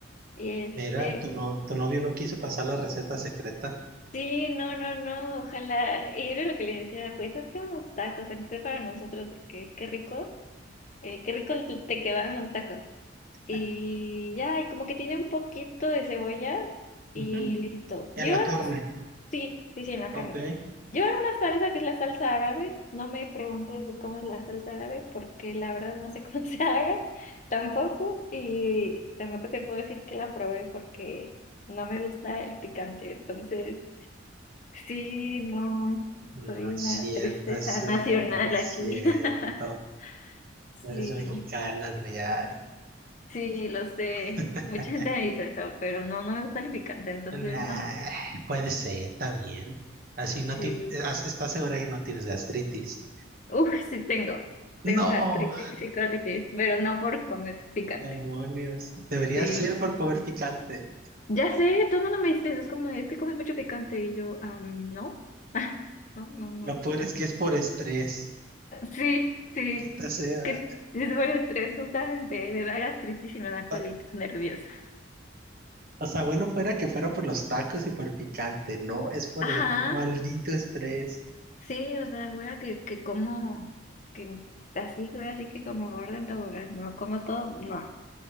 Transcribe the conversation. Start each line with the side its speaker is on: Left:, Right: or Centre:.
Left: Y este,
Right: Mira, tu, no, tu novio no quiso pasar la receta secreta.
Left: sí, no, no, no, ojalá, y era lo que le decía, pues hazte unos tacos, aunque sea para nosotros, porque qué rico, eh, qué rico te quedan los tacos.
Right: <laughs>
Left: Y ya, y como que tiene un poquito de cebolla y
Right: Ujú.
Left: listo.
Right: En
Left: Llevan,
Right: la carne.
Left: sí, sí, sí, en la
Right: Ok.
Left: carne. Llevan una salsa que es la salsa árabe. No me preguntes de cómo es la salsa árabe porque la verdad no sé cómo <laughs> se haga tampoco. Y tampoco te puedo decir que la probé porque no me gusta el picante. Entonces, sí, no,
Right: No
Left: soy
Right: es
Left: una
Right: cierto,
Left: tristeza
Right: eso
Left: nacional
Right: que no es
Left: aquí.
Right: cierto.
Left: <laughs> Sí.
Right: No eres mexicana real.
Left: Sí, lo sé.
Right: <laughs>
Left: Mucha gente me dice eso, pero no, no me gusta el picante, entonces
Right: Nah,
Left: no.
Right: puede ser, está bien. Así no
Left: Sí.
Right: ti- eh, as- ¿estás segura que no tienes gastritis?
Left: Uf, sí tengo.
Right: No,
Left: Tengo gastritis y colitis, pero no por comer picante.
Right: demonios. Debería
Left: Sí.
Right: ser por comer picante.
Left: Ya sé, todo el mundo me dice, es como, es que comes mucho picante y yo, ah, no. <laughs> No, no, no.
Right: Lo peor
Left: por-
Right: es que es por estrés.
Left: Sí, sí.
Right: Ahorita sea.
Left: Que es por estrés, justamente. Me da gastritis y me da colitis
Right: O
Left: nerviosa.
Right: o sea, bueno fuera que fuera por los tacos y por el picante. No, es por
Left: Ajá.
Right: el maldito estrés.
Left: Sí, o sea, güey, que, que como, que así, güey, así que como gorda en tobogán, no, como todo, no.